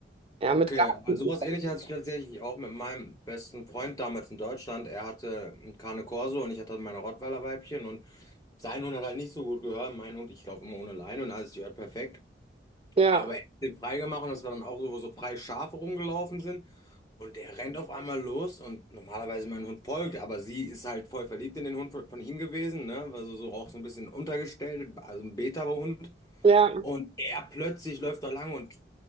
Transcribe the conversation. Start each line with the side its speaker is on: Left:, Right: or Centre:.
Right: ja,
Left: Okay,
Right: mit, Garten-
Left: aber sowas ähnliches hatte ich tatsächlich auch mit meinem besten Freund damals in Deutschland. Er hatte einen Cane Corso und ich hatte meine Rottweiler-Weibchen und sein Hund hat halt nicht so gut gehört. Mein Hund, ich laufe immer ohne Leine und alles gehört perfekt.
Right: ja,
Left: Aber er hat den freigemacht und dass wir dann auch so, wo so freie Schafe rumgelaufen sind. Und der rennt auf einmal los und normalerweise mein Hund folgt, aber sie ist halt voll verliebt in den Hund von von ihm gewesen, ne? Also so so auch so ein bisschen untergestellt, also ein Beta-Hund.
Right: ja,
Left: Und er plötzlich läuft da lang und